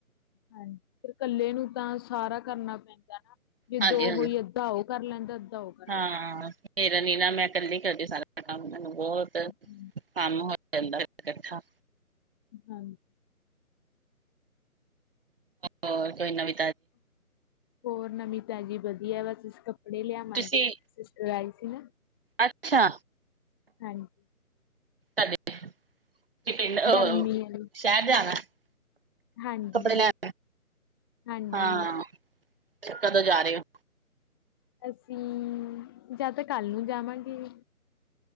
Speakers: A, on the left; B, on the right.
A: ਹਾਂਜੀ ਫਿਰ ਕੱਲੇ ਨੂੰ ਤਾਂ ਸਾਰਾ ਕਰਨਾ ਪੈਂਦਾ। ਜੇਦੋ
B: ਹਾਂਜੀ ਹਾਂਜੀ
A: ਹੋਈ ਅੱਧਾ ਉਹ ਕਰ ਲੈਣਦਾ ਅੱਧਾ ਉਹ ਕਰ
B: ਹਾਂ
A: ਲੈਣ
B: ਮੇਰਾ ਨੀ ਨਾ ਮੈਂ ਇਕੱਲੀ ਕਰਦੀ ਸਾਰਾ ਕੰਮ ਮੈਨੂੰ ਬਹੁਤ
A: ਲੈਂਦਾ
B: ਕੰਮ ਹੋਆ ਜਾਦਾਂ ਕਠਾ।
A: ਹਾਂਜੀ।
B: ਹੋਰ ਕੋਈ ਨਵੀ
A: ਹੋਰ ਨਵੀ ਤਾਜੀ ਵਧੀਆ ਬਸ ਅਸੀਂ ਕੱਪੜੇ ਲਿਆਵਾਂਗੇ
B: ਤੁਸੀਂ
A: ਸਿਸਟਰ ਆਈ ਸੀ <unintelligible>
B: ਅੱਛਾ।
A: ਹਾਂਜੀ।
B: ਕਦੇ ਕੀ ਪਿੰਡ ਅਹ
A: ਗਰਮੀ ਆਲੀ
B: ਸ਼ਹਿਰ ਜਾਣਾ <unintelligible>
A: ਹਾਂਜੀ
B: ਕੱਪੜੇ ਲੈਣ
A: ਹਾਂਜੀ।
B: ਹਾਂ ਕਦੋਂ ਜਾ ਰਹੇ ਹੋ?
A: ਅਸੀਂ ਜਾਂ ਤਾਂ ਕੱਲ ਨੂੰ ਜਾਵਾਂਗੇ।